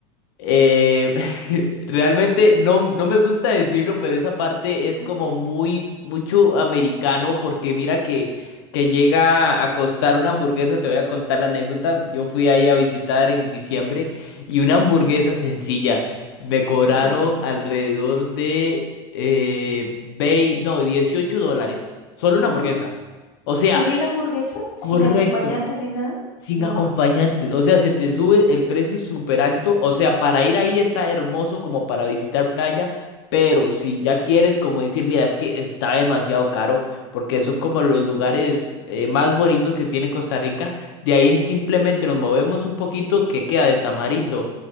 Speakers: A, on the left; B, on the left.
A: Eh, <laughs> realmente no, no me gusta decirlo, pero esa parte
B: Ujú,
A: es como muy, mucho americano, porque mira que, que llega a costar una hamburguesa, te voy a contar la anécdota, yo fui ahí
B: ujú,
A: a visitar en diciembre y una hamburguesa sencilla, me cobraron
B: Sí.
A: alrededor de, eh, vei- no, 18 dólares, solo
B: ah
A: una hamburguesa. O sea,
B: ¿Solo la hamburguesa? ¿Sin
A: correcto,
B: acompañante ni nada?
A: sin
B: No.
A: acompañantes, o sea, se te sube el precio súper alto, o sea, para ir ahí está hermoso como para visitar playa, pero si ya quieres como decir, mira, es que está demasiado caro, porque son
B: Ujú,
A: como los lugares eh, más bonitos que tiene Costa Rica, de ahí simplemente nos movemos un poquito que queda de Tamarindo